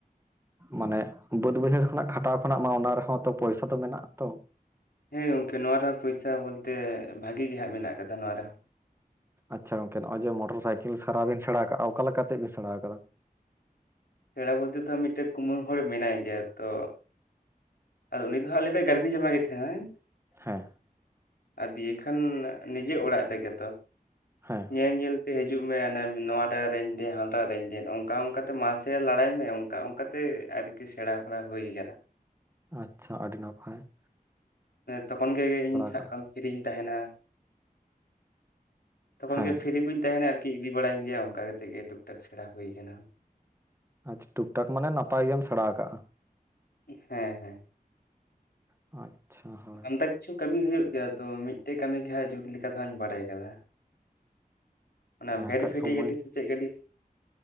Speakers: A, on the right; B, on the left.
A: ᱢᱟᱱᱮ ᱵᱟᱹᱫ ᱵᱟᱹᱭᱦᱟᱹᱲ ᱠᱷᱚᱱᱟᱜ ᱠᱷᱟᱴᱟᱣ ᱠᱷᱚᱱᱟᱜ ᱢᱟ ᱚᱱᱟ ᱨᱮᱦᱚᱸ ᱛᱚ ᱯᱚᱭᱥᱟ ᱫᱚ ᱢᱮᱱᱟᱜ-ᱟ ᱛᱚ ᱾
B: ᱦᱮᱸ ᱜᱚᱝᱠᱮ ᱱᱚᱣᱟ ᱨᱮ ᱯᱚᱭᱥᱟ ᱵᱚᱞᱛᱮ ᱵᱷᱟᱜᱤ ᱜᱮ ᱦᱟᱸᱜ ᱢᱮᱱᱟᱜ ᱟᱠᱟᱫᱟ ᱱᱚᱣᱟ ᱨᱮᱦᱚᱸ ᱾
A: ᱟᱪᱪᱷᱟ ᱜᱚᱝᱠᱮ ᱱᱚᱜᱼᱚᱭ ᱡᱮ ᱢᱚᱴᱚᱨ ᱥᱟᱭᱠᱮᱞ ᱥᱟᱨᱟᱣ ᱵᱤᱱ ᱥᱮᱬᱟ ᱟᱠᱟᱜᱼᱟ ᱚᱠᱟ ᱞᱮᱠᱟᱛᱮ ᱵᱤᱱ ᱥᱮᱬᱟᱣ ᱟᱠᱟᱫᱟ?
B: ᱥᱮᱬᱟ ᱵᱚᱞᱛᱮ ᱫᱚ ᱢᱤᱫᱴᱮᱡ ᱠᱩᱢᱟᱹᱝ ᱦᱚᱲ ᱢᱮᱱᱟᱭ ᱜᱮᱭᱟ ᱛᱚ ᱟᱫᱚ ᱩᱱᱤ ᱫᱚ ᱟᱞᱮ ᱴᱷᱮᱡ ᱜᱟᱹᱨᱫᱤ ᱡᱟᱢᱟᱭ ᱜᱮ ᱛᱟᱦᱮ ᱱᱟᱭ ᱾
A: ᱦᱮᱸ
B: ᱟᱨ ᱫᱤᱭᱮ ᱠᱷᱟᱱ ᱱᱤᱡᱮ ᱚᱲᱟᱜ ᱨᱮᱜᱮ ᱛᱚ ᱾
A: ᱦᱮᱸ
B: ᱧᱮᱞ ᱧᱮᱞ ᱛᱮ ᱦᱤᱡᱩᱜ ᱢᱮ ᱱᱚᱣᱟ ᱴᱟᱭᱟᱨ ᱨᱮᱸᱧ ᱫᱮᱱ ᱦᱟᱱᱟ ᱴᱟᱭᱟᱨ ᱨᱮᱸᱧ ᱫᱮᱱ ᱚᱱᱠᱟ ᱚᱱᱠᱟᱛᱮ ᱢᱟᱥᱮ ᱞᱟᱲᱟᱭ ᱢᱮ ᱚᱱᱠᱟ ᱚᱱᱠᱟ ᱛᱮ ᱟᱨᱠᱤ ᱥᱮᱬᱟ ᱵᱟᱲᱟ ᱦᱩᱭ ᱠᱟᱱᱟ ᱾
A: ᱟᱪᱪᱷᱟ ᱟᱹᱰᱤ ᱱᱟᱯᱟᱭ ᱾
B: ᱛᱚᱠᱷᱚᱱ ᱜᱮ ᱤᱧ ᱥᱟᱵ
A: ᱠᱟᱜᱼᱟ
B: ᱠᱟᱢ ᱯᱷᱤᱨᱤᱧ ᱛᱟᱦᱮᱱᱟ ᱛᱚᱠᱷᱚᱱ
A: ᱦᱮᱸ
B: ᱜᱮ ᱯᱷᱤᱨᱤ ᱠᱚᱧ ᱛᱟᱦᱮᱱᱟ ᱟᱨᱠᱤ ᱤᱫᱤ ᱵᱟᱲᱟᱧ ᱜᱮᱭᱟ ᱚᱱᱠᱟ ᱠᱟᱛᱮᱫ ᱜᱮ ᱴᱩᱠ ᱴᱟᱠ ᱥᱮᱬᱟ ᱦᱩᱭ ᱠᱟᱱᱟ ᱾
A: ᱟᱪᱪᱷᱟ ᱴᱩᱠ ᱴᱟᱠ ᱢᱟᱱᱮ ᱱᱟᱯᱟᱭ ᱜᱮᱢ ᱥᱮᱬᱟ ᱟᱠᱟᱜᱼᱟ ᱾
B: ᱦᱮᱸ ᱦᱮᱸ
A: ᱟᱪᱪᱷᱟ ᱦᱳᱭ
B: ᱟᱢᱫᱟ ᱠᱤᱪᱷᱩ ᱠᱟᱹᱢᱤ ᱦᱩᱭᱩᱜ ᱜᱮᱭᱟ ᱛᱚ ᱢᱤᱫᱴᱮᱡ ᱠᱟᱹᱢᱤ ᱜᱮ ᱦᱟᱸᱜ ᱡᱩᱛ ᱞᱮᱠᱟ ᱫᱚ ᱦᱟᱸᱧ ᱵᱟᱰᱟᱭ ᱟᱠᱟᱫᱟ ᱾ ᱚᱱᱟ
A: ᱦᱮᱸ
B: ᱵᱷᱮᱰ
A: ᱵᱟᱠᱷᱟᱡ
B: ᱵᱷᱮᱴᱤ
A: ᱥᱚᱢᱚᱭ
B: ᱜᱟᱹᱰᱤ ᱥᱮ ᱪᱮᱫ ᱜᱟᱹᱰᱤ?